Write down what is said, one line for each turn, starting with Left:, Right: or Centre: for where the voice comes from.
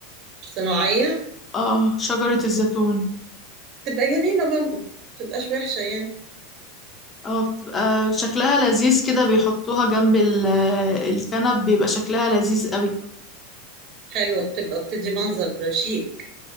Right: صناعيه
Left: اه شجرة الزيتون
Right: تبقى جميله برضو ما تبقاش وحشه يعني
Left: اه بتبقى شكلها لذيذ كده بيحطوها جنب ال- الكنب بيبقى شكلها لذيذ قوي
Right: حلوه بتبقى بتدي منظر شيك